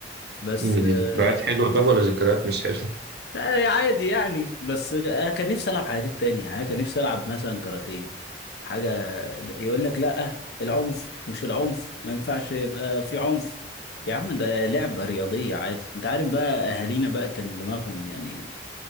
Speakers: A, on the left; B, on the right.
A: بس
B: دي
A: آه،
B: ذكريات حلوة طب ولا ذكريات مش حلوة؟
A: آه، عادي يعني بس آه، كان نفسي العب حاجات تانية يعني كان نفسي العب مثلا كاراتيه حاجه يقول لك لا العنف مش العنف ما ينفعش يبقى في عنف يا عم ده لعبه رياضيه عادي انت عارف بقى اهالينا بقى كان دماغهم يعني